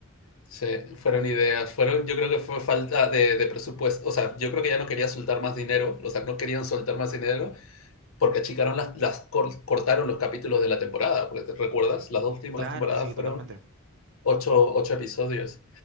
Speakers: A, on the left (about 75°); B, on the right (about 60°).
A: Sí, fueron ideas, fueron, yo creo que fue falta de, de presupuesto, o sea, yo creo que ya no quería soltar más dinero, o sea, no querían soltar más dinero porque achicaron las, las cortaron los capítulos de la temporada, porque te recuerdas, las dos últimas
B: Claro,
A: temporadas
B: sí, totalmente.
A: fueron ocho, ocho episodios